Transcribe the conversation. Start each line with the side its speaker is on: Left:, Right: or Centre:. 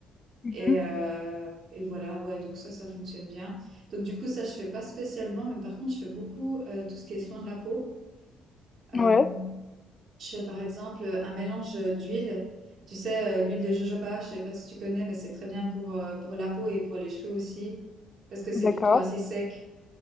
Left: Mhm.
Right: Et, euh, et voilà, ouais, donc ça, ça fonctionne bien. Donc du coup, ça, je fais pas spécialement. Mais par contre, je fais beaucoup euh, tout ce qui est soin de la peau. Euh,
Left: Ouais,
Right: je fais par exemple euh, un mélange euh, d'huile. Tu sais, euh, l'huile de jojoba, je sais pas si tu connais, mais c'est très bien pour, euh, pour la peau et pour les cheveux aussi, parce que c'est
Left: d'accord,
Right: plutôt assez sec.